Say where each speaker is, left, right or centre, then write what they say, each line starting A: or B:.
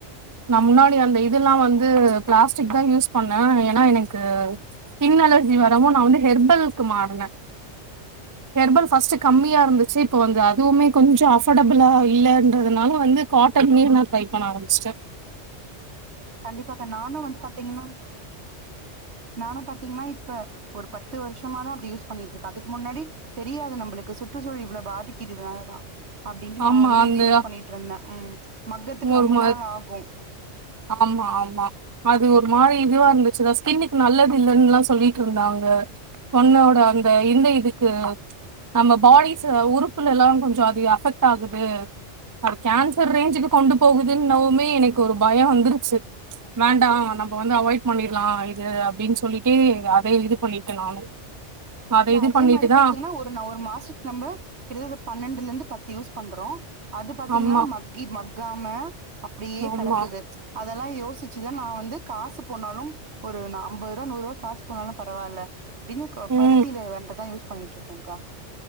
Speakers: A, on the right; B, on the right.
A: நா முன்னாடி அந்த இதெல்லா வந்து பிளாஸ்டிக்தா யூஸ் பண்ணே ஏனா எனக்கு ஸ்கின் அலர்ஜி வரவு நா வந்து ஹெர்பல்க்கு மாறுன ஹெர்பல் ஃபர்ஸ்ட் கம்மியா இருந்துச்சு இப்ப வந்து அதுவுமே கொஞ்ச அஃபர்டபிளா இல்லன்றதுனால வந்து காட்டன்லியே நா ட்ரை பண்ண ஆரம்பிச்சுட்ட
B: கண்டிப்பாக்கா நானு வந்து பாத்திங்னா நானு பாத்திங்னா இப்ப ஒரு பத்து வருஷமாதா அப்டி யூஸ் பண்ணிட்ருக்க அதுக்கு முன்னாடி தெரியாது நம்பளுக்கு சுற்றுச்சூழல் இவ்ள பாதிக்குது இனாலதா அப்டின்ட்டு நா
A: ஆமா
B: வந்து
A: அந்த
B: இது யூஸ் பண்ணிட்ருந்த ம் மக்கத்துக்கு
A: ஒரு
B: ரொம்ப
A: மா
B: நாள் ஆகு
A: ஆமா ஆமா அது ஒரு மாரி இதுவா இருந்து சுலா ஸ்கின்னுக்கு நல்லதில்லன்லா சொல்லிட்ருந்தாங்க பொண்ணோட அந்த இந்த இதுக்கு நம்ம பாடிஸ் உறுப்புல எல்லா கொஞ்ச அது அஃபெக்ட் ஆகுது கேன்சர் ரேஞ்சுக்கு கொண்டு போகுதுன்னவுமே எனக்கு ஒரு பய வந்துருச்சு வேண்டா நம்ம வந்து அவாய்ட் பண்ணிர்லா இது அப்டின் சொல்லிட்டு அத இது பண்ணிட்ட நானு அத
B: இல்ல
A: இது
B: அதே
A: பண்ணிட்டுதா
B: மாரி பாத்திங்கனா ஒரு ஒரு மாசத்துக்கு நம்ம கிட்டதட்ட பத் பன்னெண்டுல இருந்து பத்து யூஸ் பண்றோம் அது பாத்தீங்கன்னா
A: ஆமா
B: மக்கி மக்காம் ஹலோ அப்படியே
A: ஆமா
B: கெடக்குது அதெல்லாம் யோசிச் ஆக்சுவெல்லா நான் வந்து காசு போனாலும் ஒரு ஐம்பது ரூபா நூறு ரூபா காசு போனாலும் பரவாயில்ல அப்படின்னு
A: ம்
B: பருத்திலே வன்றதான் யூஸ் போயிட்டு இருக்கேங்கா